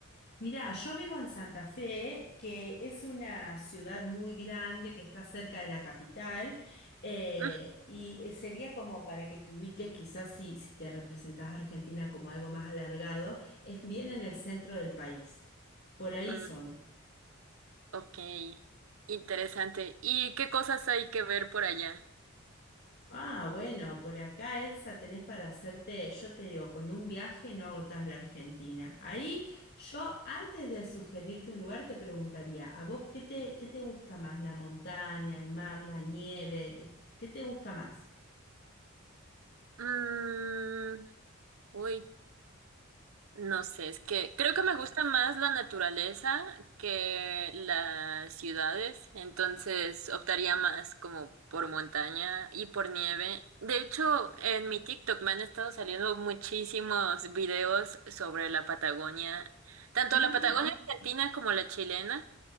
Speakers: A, on the left; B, on the right.
A: Mirá, yo vivo en Santa Fe, que es una ciudad muy grande que está cerca de la capital, eh,
B: Mm,
A: y eh, sería como para que te ubiques, quizás si, si te representás a Argentina como algo más alargado, es bien en el centro del país. Por ahí
B: mm,
A: soy.
B: ok, interesante. ¿Y qué cosas hay que ver por allá?
A: Ah, bueno, por acá, Elsa, tenés para hacerte, yo te digo, con un viaje no agotás la Argentina. Ahí yo, antes de sugerirte un lugar, te preguntaría, ¿a vos qué te, qué te gusta más? ¿La montaña, el mar, la nieve? El- ¿Qué te gusta más?
B: Mm, uy, no sé, es que creo que me gusta más la naturaleza que las ciudades, entonces optaría más como por montaña y por nieve. De hecho, en mi TikTok me han estado saliendo muchísimos videos sobre la Patagonia, tanto
A: Mm.
B: la Patagonia argentina como la chilena,